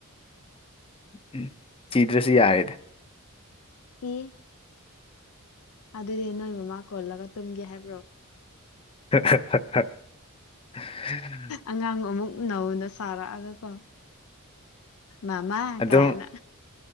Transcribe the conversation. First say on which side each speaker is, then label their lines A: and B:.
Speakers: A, on the left; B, on the left.
A: ꯎꯝ ꯆꯤꯗꯔꯁꯨ ꯌꯥꯔꯦꯗ
B: ꯑꯦ ꯑꯗꯨꯗꯤ ꯅꯣꯏ ꯃꯃꯥ ꯀꯣꯜꯂꯒ ꯇꯨꯝꯒꯦ ꯍꯥꯏꯕ꯭ꯔꯣ
A: <unintelligible>
B: ꯑꯉꯥꯡ ꯑꯃꯨꯛ ꯅꯧꯅ ꯁꯥꯔꯛꯑꯒꯀꯣ ꯃꯥꯃꯥ
A: ꯑꯗꯨꯝ
B: ꯀꯥꯏꯅ